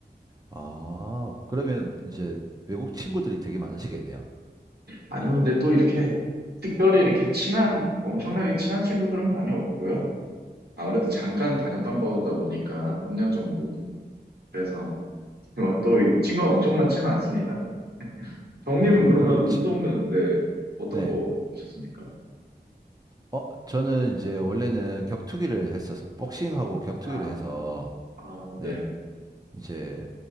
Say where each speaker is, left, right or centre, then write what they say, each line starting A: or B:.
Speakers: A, on the right (about 20°); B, on the right (about 65°).
A: 아 그러면 이제 외국 친구들이 되게 많으시겠네요.
B: 아니요, 근데 또 이렇게 특별히 이렇게 친한, 엄청나게 친한 친구들은 많이 없고요. 아무래도 잠깐 다녔던 거다 보니까 3년 정도. 그래서 <laughs> 또 이 친구가 엄청 많지는 않습니다. 정님은
A: 어
B: 그러면
A: 그러면 지,
B: 운동은, 네, 어떤
A: 네.
B: 거 하셨습니까?
A: 어 저는 이제 원래는 격투기를 했어서 복싱하고 격투기를
B: 아,
A: 해서
B: 아,
A: 네.
B: 네.
A: 이제